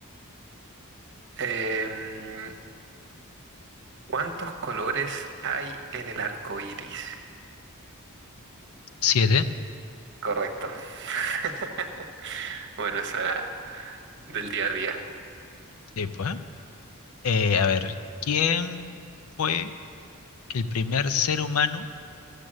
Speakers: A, on the right; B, on the left.
A: Em, ¿cuántos colores hay en el arco iris?
B: Siete.
A: Correcto. <laughs> Bueno, eso era del día a día.
B: Sí, pues. Eh, a ver, ¿quién fue el primer ser humano?